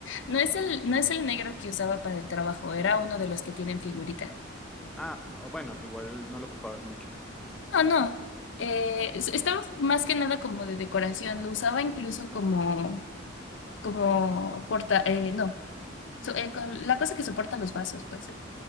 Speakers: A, on the left (about 70°); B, in the centre.
A: No es el, no es el negro que usaba para el trabajo, era uno de los que tienen figurita.
B: Ah, bueno, igual no lo ocupabas mucho.
A: No, no. Eh, es- estaba más que nada como de decoración. Lo usaba incluso como, como porta, eh, no, so- eh, con- la cosa que soporta los vasos, pues.